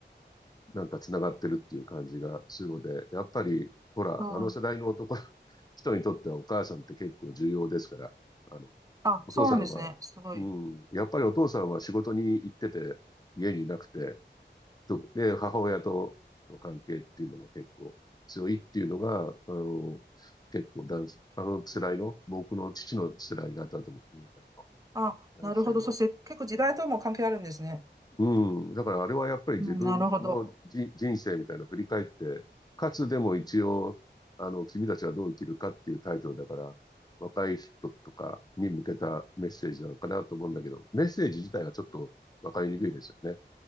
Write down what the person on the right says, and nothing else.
そう、
あ、
そうなんですね。すごい。
あ、
なるほど。そして結構時代とも関係あるんですね。
うん、なるほど。